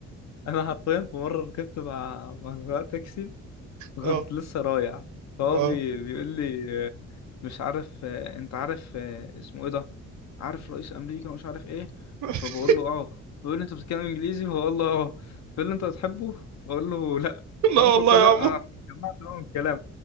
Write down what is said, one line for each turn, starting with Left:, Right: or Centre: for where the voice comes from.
Left: انا حرفيا في مره ركبت مع مع سواق تاكسي وكنت
Right: اه
Left: لسه رايع فهو
Right: اه
Left: بي... بيقول لي مش عارف آه، انت عارف آه، اسمه ايه ده عارف رئيس امريكا مش عارف ايه
Right: <laughs>
Left: فبقول له اه بيقول لي انت بتتكلم انجليزي فبقول له اه بيقول لي انت بتحبه فبقول له لا
Right: لا
Left: رحت
Right: والله
Left: قلت له لا
Right: يا عمو
Left: انا جمعت نوع من الكلام